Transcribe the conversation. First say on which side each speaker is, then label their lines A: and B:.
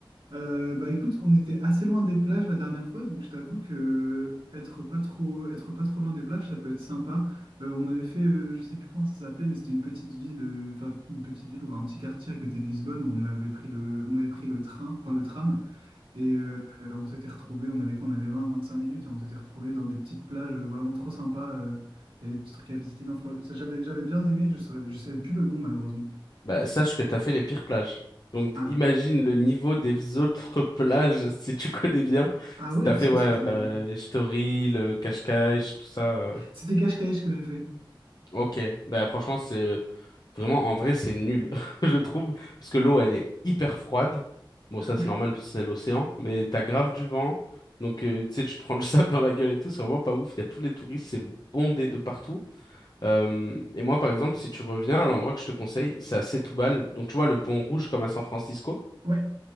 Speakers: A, on the right; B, on the left.
A: Euh, bah écoute, on était assez loin des plages la dernière fois, donc je t'avoue que être pas trop, être pas trop loin des plages, ça peut être sympa. Euh, on avait fait, euh, je sais plus comment ça s'appelait, mais c'était une petite ville, euh, enfin une petite ville ou un petit quartier à côté de Lisbonne où on avait pris le, on avait pris le train, enfin le tram, et euh, on s'était retrouvés, on avait quoi, on avait vingt à vingt-cinq minutes et on s'était retrouvés dans des petites plages euh, vraiment trop sympas. euh, Il y a des petits trucs à visiter. Non, fr- ça, j'avais, j'avais bien aimé, je saurais, je savais plus le nom malheureusement.
B: Bah, sache que t'as fait les pires plages. Donc,
A: Ah,
B: imagine le niveau des autres <laughs> plages, si tu connais bien. Parce
A: ah ouais,
B: que T'as
A: parce
B: fait,
A: que
B: ouais,
A: c'était,
B: euh, Story, le Cascais, tout ça. euh.
A: c'était cache-cache que j'ai fait.
B: Ok. Bah, franchement, c'est vraiment, en vrai, c'est nul, <laughs> je trouve. Parce que l'eau, elle est hyper froide. Bon,
A: <laughs>
B: ça, c'est normal parce que c'est l'océan. Mais t'as grave du vent. Donc, euh, tu sais, tu te prends le <laughs> sable dans la gueule et tout. C'est vraiment pas ouf. Il y a tous les touristes. C'est bondé de partout. Euh, et moi, par exemple, si tu reviens, l'endroit que je te conseille, c'est à Setoubal. Donc, tu vois, le pont rouge comme à San Francisco,
A: Ouais,